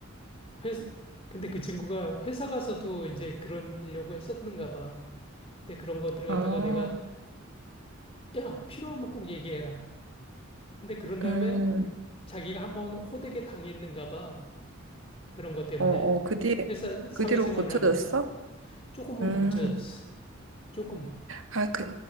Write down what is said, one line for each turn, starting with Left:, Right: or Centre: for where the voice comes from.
Left: 회사, 근데 그 친구가 회사 가서도 이제 그러려고 했었는가 봐. 근데 그런 것들을
Right: 아,
Left: 갖다가 내가, 야, 필요하면 꼭 얘기해라. 근데 그런 다음에
Right: 음,
Left: 자기가 한번 호되게 당했는가 봐. 그런 것 때문에.
Right: 어, 어, 그 뒤에,
Left: 회사, 사회생활을
Right: 그 뒤로 고쳐졌어?
Left: 하면서 조금은
Right: 음,
Left: 고쳐졌어. 조금은.
Right: 아, 그,